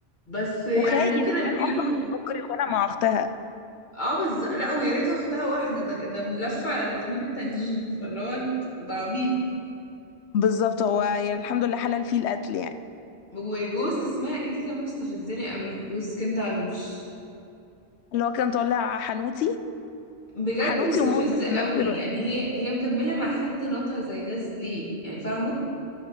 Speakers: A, on the left; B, on the left.
A: بس يعني
B: وخاين
A: ممكن
B: وكان
A: اديله
B: اصلا بيفكر يخونها مع اختها
A: اه بز... لا ويا ريت اختها واحده ده ده ملف على الاتنين التانيين فاللي هو انت ده عبيط
B: بالظبط هو يعني الحمد لله حلال فيه القتل يعني
A: وجوز اسمها ايه دي كان مستفزني قوي جوز كندا علوش
B: اللي هو كان طالع حنوتي
A: بجد
B: حنوتي
A: مستفزة
B: ومدمن
A: قوي
B: في نفس الوقت
A: يعني هي هي مكملة مع حد ناطع زي ده ز- ليه يعني فاهمة